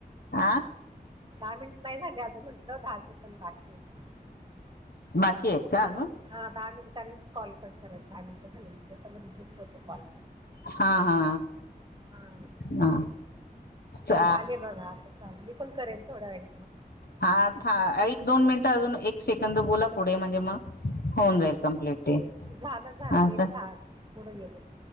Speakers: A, on the left; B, on the right.
A: आ.
B: दहा मिनिट नाही झाले असं म्हटलं. दहा सेकंड बाकी आहेत म्हटलं.
A: बाकी आहेत का अजून
B: हा दहा मिनिटांनी कॉल कट करा. दहा मिनिट झाल्यानंतर मी रिजेक्ट करतो. कॉल
A: हा हा.
B: हा
A: हा चा
B: झाले बघा आता चालेल. मी पण करेन थोड्या वेळ
A: हा. हा एक दोन मिनिटं अजून, एक सेकंद बोला पुढे म्हणजे मग होऊन जाईल कम्प्लिट ते.
B: झालं झालं
A: असं
B: गेले तास पुढं गेले.